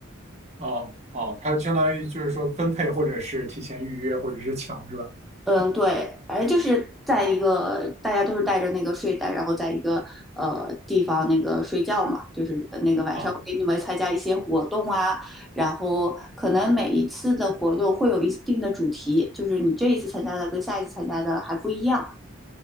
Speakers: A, on the right; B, in the centre.
A: 哦哦，它相当于就是说分配，或者是提前预约，或者是抢，是吧？
B: 嗯，对，反正就是在一个大家都是带着那个睡袋，然后在一个呃地方那个睡觉嘛，就是呃那个晚上给你们参加一些活动啊，
A: 啊，
B: 然后可能每一次的活动会有一定的主题，就是你这一次参加的跟下一次参加的还不一样，